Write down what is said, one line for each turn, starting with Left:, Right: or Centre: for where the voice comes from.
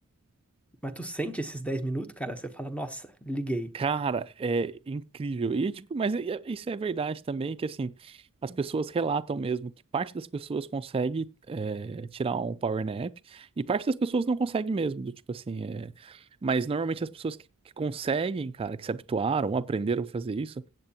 Centre: Mas tu sente esses 10 minutos, cara, você fala, nossa, liguei.
Right: Cara, é incrível. E, tipo, mas é- é- isso é verdade também, que assim, as pessoas relatam mesmo que parte das pessoas consegue é, tirar um power nap e parte das pessoas não consegue mesmo, do tipo assim, é... mas normalmente as pessoas que, que conseguem, cara, que se habituaram, aprenderam a fazer isso,